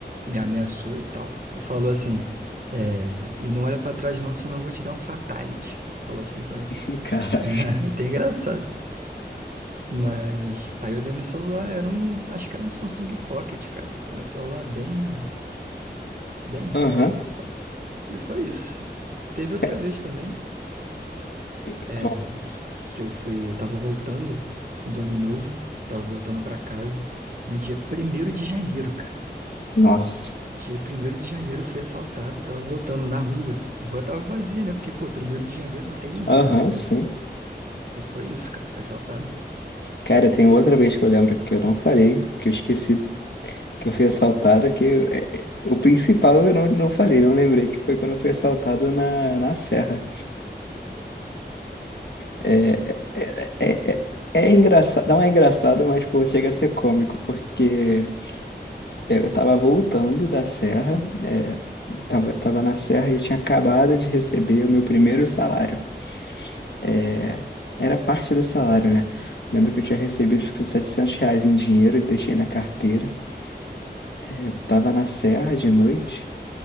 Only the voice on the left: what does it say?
<laughs> Caraca.
Aham.
É,
E
qual-
Nossa.
Aham,
sim.
Cara, tem outra vez que eu lembro que eu não falei, que eu esqueci que eu fui assaltado, que eu- é, é, o principal eu não, não falei, não lembrei, que foi quando eu fui assaltado na, na Serra. É, é, é, é, é engraçado, não é engraçado, mas pô, chega a ser cômico, porque é, eu tava voltando da Serra, é, tava, tava na Serra e eu tinha acabado de receber o meu primeiro salário. é, era parte do salário, né? Lembro que eu tinha recebido tipo, 700 reais em dinheiro e deixei na carteira. É, tava na serra de noite